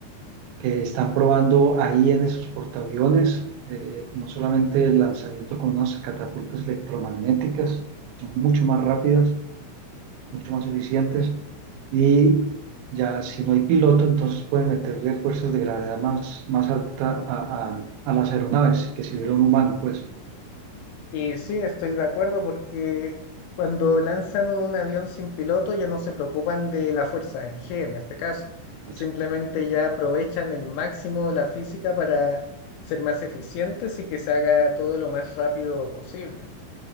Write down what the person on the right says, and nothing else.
que están probando ahí en esos portaaviones eh, no solamente el lanzamiento con unas catapultas electromagnéticas, son mucho más rápidas, mucho más eficientes, y ya si no hay piloto, entonces pueden meterle fuerzas de gravedad más, más alta a, a- a las aeronaves que si hubiera un humano, pues.
Pues,